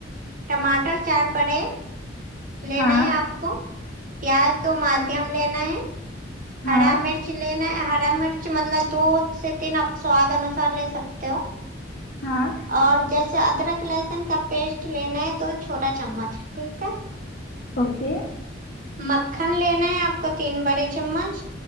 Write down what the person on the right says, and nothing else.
ٹماٹر چار بڑے لینا
ہے آپ کو پیاز دو مادھیم لینا ہے
ہرا مرچ لینا ہے ہرا مرچ مطلب دو سے تین آپ سواد انسار لے سکتے ہو
اور جیسے ادرک لہسن کا پیسٹ لینا ہے دو چھوٹا چمچ ٹھیک ہے
مکھن لینا ہے آپ کو تین بڑے چمچ